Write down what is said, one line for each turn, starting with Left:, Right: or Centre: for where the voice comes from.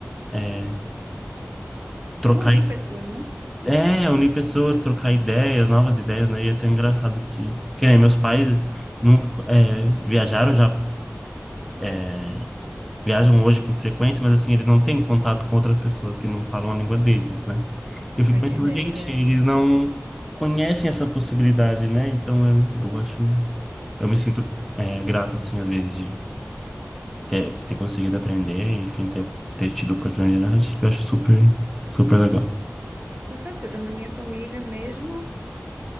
Centre: é, trocar
Right: Unir pessoas, né?
Centre: É, unir pessoas, trocar ideias, novas ideias, né? E é tão engraçado que, que nem meus pais nunca, é, viajaram já, é, viajam hoje com frequência, mas assim, eles não têm contato com outras pessoas que não falam a língua deles, né? Eu fico
Right: Tô entendendo,
Centre: pensando, gente,
Right: é.
Centre: eles não conhecem essa possibilidade, né? Então eu, eu acho, eu me sinto, é, grato, assim, às vezes, de ter, ter conseguido aprender, enfim, ter, ter tido oportunidade. Eu acho super, super legal.
Right: Com certeza, na minha família mesmo.